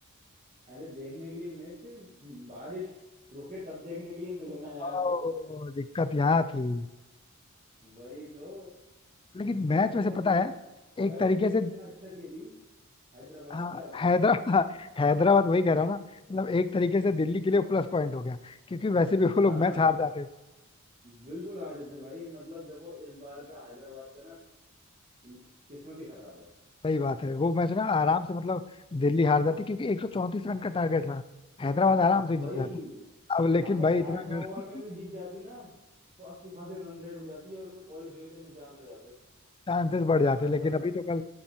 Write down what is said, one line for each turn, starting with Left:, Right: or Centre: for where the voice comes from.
Right: अरे देखने के लिए मैच बारिश रुके तब देखने के लिए मिले ना यार
Left: ओ,
Right: ब्रो
Left: दिक्कत यहाँ थी
Right: वही तो
Left: लेकिन मैच
Right: मतलब
Left: वैसे
Right: मेरी
Left: पता है एक
Right: कल
Left: तरीके
Right: टीम
Left: से
Right: इतना अच्छा खेली हैदराबाद
Left: हाँ
Right: क्या बताऊं
Left: हैदरा
Right: मैं तुम्हें बस
Left: हैदराबाद वही कह रहा हूँ ना मतलब एक तरीके से दिल्ली के लिए प्लस पॉइंट हो गया क्योंकि वैसे भी वो
Right: हाँ
Left: लोग मैच हार जाते
Right: बिल्कुल हार जाते भाई मतलब देखो इस बार का हैदराबाद का ना किस्मत ही खराब है
Left: सही बात है वो मैच ना आराम से मतलब दिल्ली हार जाती क्योंकि 134 रन का टारगेट था हैदराबाद आराम से
Right: वही
Left: जीत जाती अब लेकिन
Right: अगर
Left: भाई इतना
Right: आठ
Left: अगर
Right: नौ ओवर में भी जीत जाती ना तो अच्छी खासी रन रेट उठ जाती है और उनमें क्वालिफिकेशन में चांस हो जाते
Left: चांसेस बढ़ जाते
Right: अगर
Left: लेकिन
Right: सब
Left: अभी
Right: में-
Left: तो कल